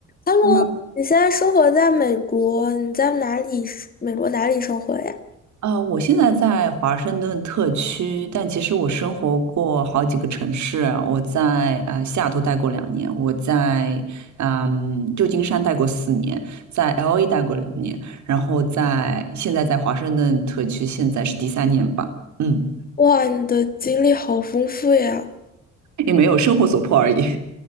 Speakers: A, on the left; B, on the right.
A: Hello，
B: h e l
A: 你现在生活在美国，你在哪里生？美国哪里生活呀？
B: 呃，我现在在华盛顿特区，但其实我生活过好几个城市啊。我在呃西雅图待过两年，我在嗯旧金山待过四年，在 LA 待过两年，然后在现在在华盛顿特区，现在是第三年吧，嗯，
A: 哇，你的经历好丰富呀。
B: 也没有生活所迫而已。